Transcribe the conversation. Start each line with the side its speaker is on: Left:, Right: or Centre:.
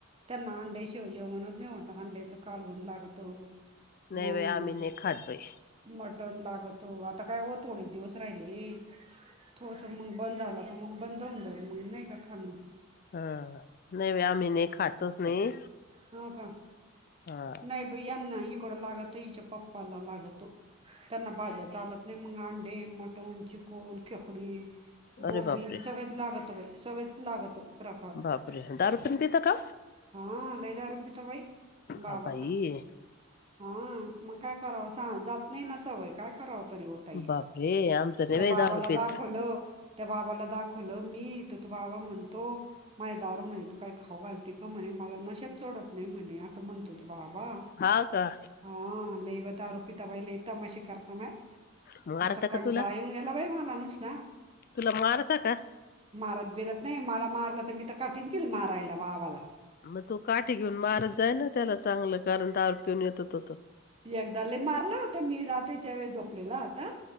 Right: त्यांना अंड्या शिव जेवणच नाही होत अंड्याच कालवन लागत मंग
Left: नाही बाई आम्ही नाही खात बाई.
Right: मटण लागत. आता काय हो थोडेच दिवस राहिले हे. थोडस म बंद झाल का, मग बंद होऊन जाईल. मग नाही का खाण
Left: हा. नाही बाई, आम्ही नाही खातच नाही.
Right: हो का
Left: हा
Right: नाही बई यांना इकड लागत, हिच्या पप्पाला लागतो. त्यांना भाज्या चालत नाही मग अंडे, मटण, चिकण, खेकडी, बोंबील.
Left: अरे बापरे
Right: सगळच लागत बाई सगळच लागत. प्रकार.
Left: बापरे दारू पण पिता का?
Right: हा लय दारुपिता बाई बाबा.
Left: हा बाई.
Right: हा, मग काय कराव सां जात नाही ना, सवय काय करावं तरी, ओ ताई
Left: बापरे आमचं नाही
Right: त्या
Left: बाई
Right: बाबाला
Left: दारू पीत.
Right: दाखवलं त्या, बाबाला दाखवलं मी, तर तो बाबा म्हणतो माझ्या <inaudible> तू काय खाऊ घालते का? म्हणे मला नशाच चढत नाही म्हणे असं. म्हणतो बाबा,
Left: हा का
Right: हा लय बा <inaudible> बाई लय तमाशे, करता माय,
Left: मारता
Right: नुसता,
Left: का
Right: कंटाळ
Left: तुला
Right: येऊन गेला, बाई मला नुसता.
Left: तुला मारता का?
Right: मारत बिरत नाही, मला मारलं तर मी, तर काठीच गेलं मारायला बाबा ला.
Left: मग, तो काठी घेऊन मारत जायना, त्याला चांगलं कारण <inaudible> येतो तो,
Right: एकदा, लई मारलं होतं मी, रात्रीच्या वेळे झोपलेला होता.